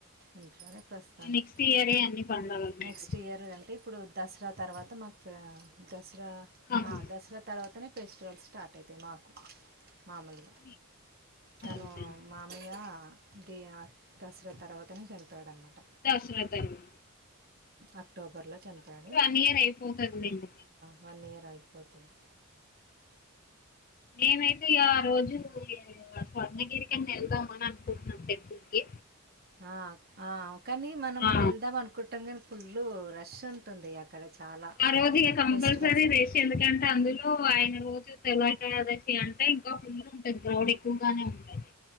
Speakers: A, on the right (about 45°); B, on the left (about 40°).
A: ఇంట్లోనే ప్రస్తుతానికి
B: నెక్స్ట్ ఇయరే అన్ని పండుగలు మీకు
A: నెక్స్ట్ ఇయర్ అంటే ఇప్పుడు దసరా తర్వాత మాకు దసరా
B: ఆహా,
A: ఆ దసరా తర్వాతనే ఫెస్టివల్స్ స్టార్ట్ అవుతాయి మాకు మామూలుగా
B: మీ- అవును
A: తను
B: సార్.
A: మామయ్య ది దసరా తర్వాతనే చనిపోయాడనమాట
B: దసరాతరువాత
A: అక్టోబర్లో చనిపోయడు
B: క్లియార్ అయిపోతది లెండి
A: వన్ ఇయర్ ఆగిపోతుంది
B: మేమైతే ఆ రోజు స్వర్ణగిరికని ఎల్దామనీ అన్కుటాన టెంపుల్కి
A: ఆ ఆ కాని మనం
B: ఆ
A: వెళ్దాం అను కుట్టంగానే పుల్లు రష్ ఉంటుంది అక్కడ చాలా
B: ఆ రోజు ఇక కంపల్సరీ
A: ఫెస్టివల్స్ అప్పుడు.
B: రేసి ఎందుకంటే అందులో ఆయన రోజు తెలి ఏకాదశి అంటే ఇంకా ఫుల్ ఉంటది క్రౌడ్ ఎక్కువగానే ఉంటది